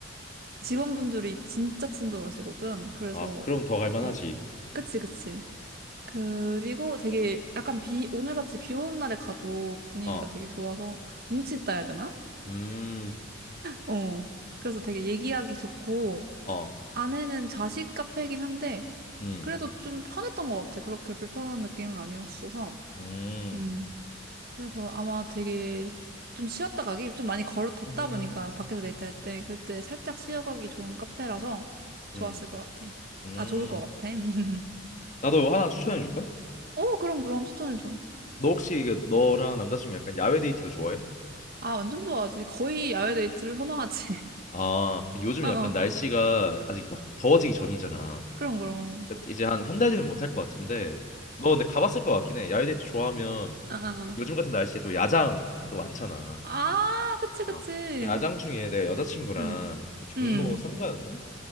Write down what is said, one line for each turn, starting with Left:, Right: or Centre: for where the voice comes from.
Right: <laughs> 직원분들이 진짜 친절하시거든. 그래서
Left: 아, 그럼 더 갈만하지.
Right: 어 그치 그치 그리고 되게 약간 비, 오늘같이 비 오는 날에 가도 분위기가
Left: 어,
Right: 되게 좋아서 운치 있다 해야 되나?
Left: 음,
Right: 어. 그래서 되게 얘기하기 좋고,
Left: 어,
Right: 안에는 자식 카페이긴 한데,
Left: 음,
Right: 그래도 좀 편했던 것 같아. 그렇게 불편한 느낌은 아니었어서.
Left: 음,
Right: 음. 그래서 아마 되게 좀 쉬었다 가기, 좀 많이 걸어, 덥다
Left: 음.
Right: 보니까 밖에서 데이트할 때, 그때 살짝 쉬어가기 좋은 카페라서 좋았을
Left: 음.
Right: 것 같아.
Left: 음,
Right: 아, 좋을 것 같아. <laughs>
Left: 나도 하나 추천해 줄까?
Right: 어, 그럼, 그럼 추천해줘.
Left: 너 혹시 이게 너랑 남자친구 약간 야외 데이트도 좋아해?
Right: 아, 완전 좋아하지. 거의 야외 데이트를 선호하지.
Left: 아, 요즘
Right: 어,
Left: 약간
Right: 어.
Left: 날씨가 아직 막 더워지기 전이잖아.
Right: 그럼, 그럼.
Left: 그러니까 이제 한 한 달 뒤면 못 할 것 같은데, 너 근데 가봤을 것 같긴 해. 야외 데이트 좋아하면
Right: 어, 어. 어.
Left: 요즘 같은 날씨에 또 야장 또 많잖아.
Right: 아, 아, 그치,
Left: 어.
Right: 그치.
Left: 그 야장 중에 내 여자친구랑
Right: 응,
Left: 그 종로
Right: 응.
Left: 삼가였나?